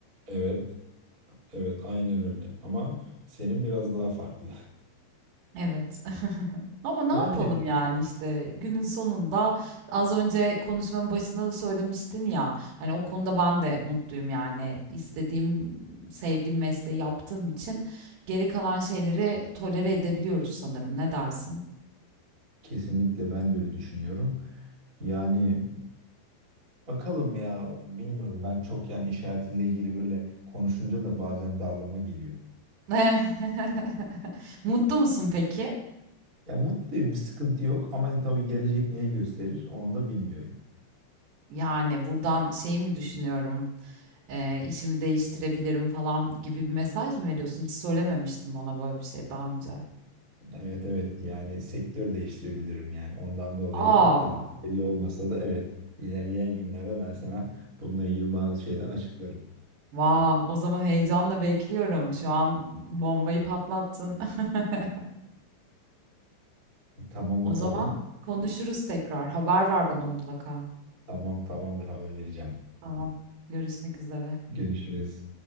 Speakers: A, on the right (about 40°); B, on the right (about 70°).
A: Evet, evet aynen öyle. Ama senin biraz daha farklı.
B: Evet. <laughs> Ama ne
A: <laughs> Yani
B: yapalım, yani, işte, günün sonunda az önce konuşmanın başında da söylemiştin ya, hani, o konuda ben de mutluyum, yani, istediğim, sevdiğim mesleği yaptığım için geri kalan şeyleri tolere edebiliyoruz sanırım. Ne dersin?
A: kesinlikle ben de öyle düşünüyorum. Yani bakalım ya bilmiyorum ben çok yani iş hayatıyla ilgili böyle konuşunca da bazen darlama geliyor.
B: <laughs> Mutlu musun peki?
A: Ya mutluyum bir sıkıntı yok ama tabii gelecek neyi gösterir onu da bilmiyorum.
B: Yani, buradan şey mi düşünüyorum, eee, işimi değiştirebilirim falan gibi bir mesaj mı veriyorsun? Hiç söylememiştin bana böyle bir şey daha önce.
A: Evet evet yani sektör değiştirebilirim yani ondan dolayı
B: Aa,
A: tabii belli olmasa da evet ilerleyen günlerde ben sana bununla ilgili bazı şeyler açıklarım.
B: Wow, o zaman heyecanla bekliyorum. Şu an bombayı patlattın. <laughs>
A: Tamam
B: O
A: bakalım.
B: zaman konuşuruz tekrar. Haber ver bana mutlaka.
A: Tamam tamamdır haber vereceğim.
B: Tamam. Görüşmek üzere.
A: Görüşürüz.